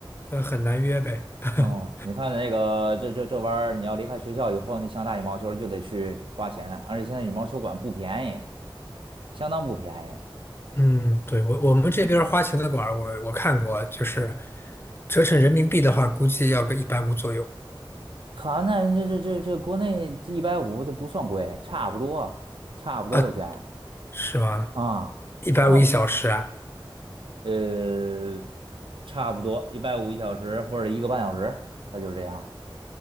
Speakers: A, on the left; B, on the right.
A: 呃，很难约呗。<laughs>
B: 嗯，你看那个这这这玩意儿，你要离开学校以后，你想打羽毛球儿就得去花钱，而且现在羽毛球馆不便宜，相当不便宜。
A: 嗯，对，我我们这边儿花钱的馆儿，我我看过，就是折成人民币的话，估计要个一百五左右
B: 哈，那这这这这国内一百五这一百五十这不算贵，差不多差不多的价。
A: 啊，是吗？
B: 啊，
A: 一百五一小时啊？
B: 然后呃，差不多一百五一小时或者一个半小时，它就是这样，